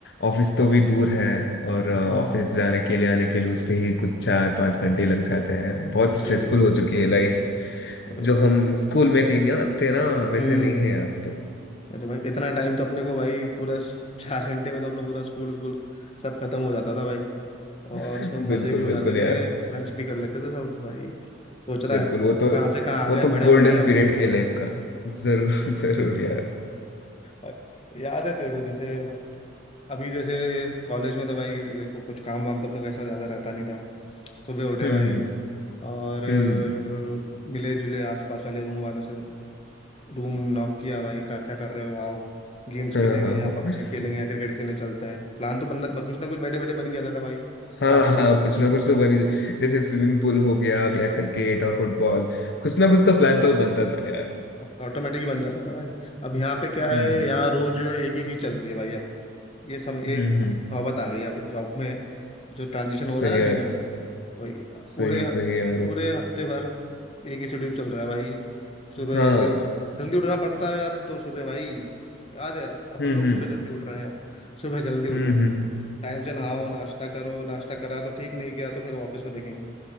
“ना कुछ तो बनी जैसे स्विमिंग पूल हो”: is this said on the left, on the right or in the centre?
Left